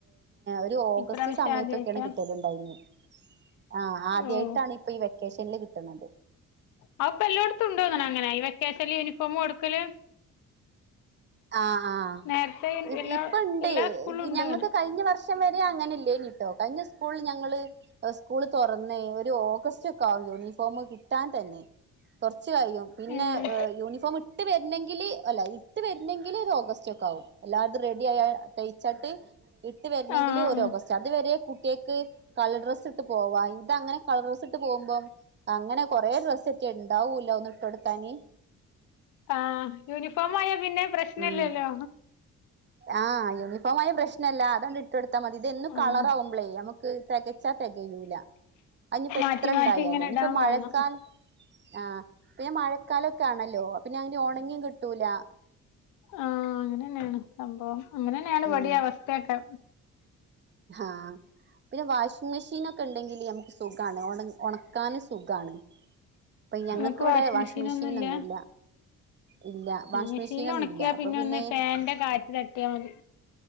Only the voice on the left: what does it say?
ഇപ്രാവശ്യം
ആദ്യായിട്ടാ
ഓഹ്
അതിപ്പോ ഇപ്പൊ എല്ലോടത്തുണ്ട്നങ്ങനെ അങ്ങനെ ഈ വെകേഷനിൽ യൂണിഫോമ് കൊടുക്കല്.
നേരത്തെ എല്ലാ
എല്ലാ സ്കൂളിലും
ഉണ്ട്
അങ്ങനെ
ഉം
ആഹ്
ആഹ്
ആഹ യൂണിഫോം ആയാ പിന്നെ പ്രശ്നംഇല്ലല്ലോ.
ആഹ്
മാറ്റി
മാറ്റി ഇങ്ങനെ
ഇടാൻ
വേണം
ആഹ അങ്ങനെ ന്നെയാണ് സംഭവം അങ്ങനെ ന്നെയാണ്
വിടിം അവസ്ഥയൊക്കെ.
ഇങ്ങക്ക് വാഷിംഗ്
മെഷീനൊന്നുല്ല
മെഷീനിൽ
ഒണക്കിയാ
ഒന്ന് ഫാന്റെ കാറ്റ് തട്ടിയാ മതി